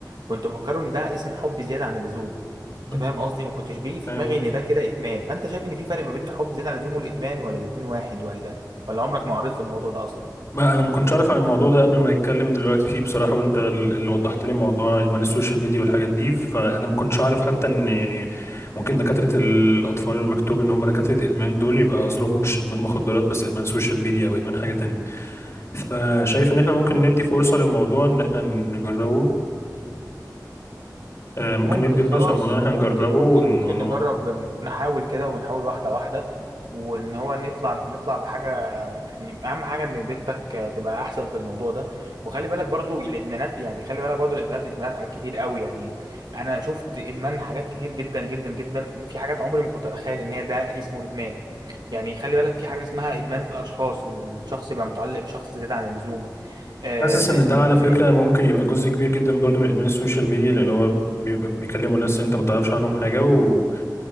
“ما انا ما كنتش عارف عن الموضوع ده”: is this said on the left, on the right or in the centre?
Left